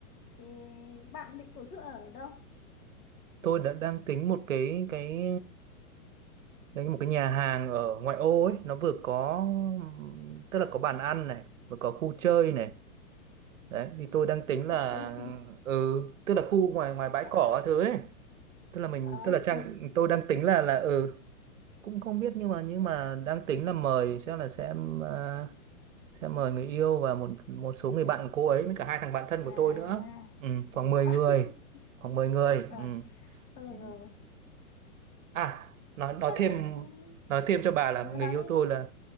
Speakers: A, on the left; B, on the right.
A: thì bạn định tổ chức ở đâu
B: tôi đã đang tính một cái cái Đấy, một cái nhà hàng ở ngoại ô ấy nó vừa có tức là có bàn ăn này vừa có khu chơi này đấy thì tôi đang tính
A: vui
B: là
A: chơi
B: ừ tức là khu ngoài ngoài bãi
A: <laughs>
B: cỏ các thứ ấy tức là mình
A: à,
B: tức là trang tôi đang tính là là ừ cũng không biết nhưng mà nhưng mà đang tính là mời sẽ là sẽ à, sẽ mời người yêu và một một số người bạn của cô ấy với cả hai thằng bạn thân
A: à.
B: của tôi nữa ừ, khoảng 10
A: <laughs>
B: người khoảng 10 người
A: ôi trời
B: ừ.
A: thôi được
B: Ừ.
A: rồi
B: à nói nói
A: thế
B: thêm nói thêm cho bà là
A: ừ,
B: người
A: nói
B: yêu
A: đi
B: tôi là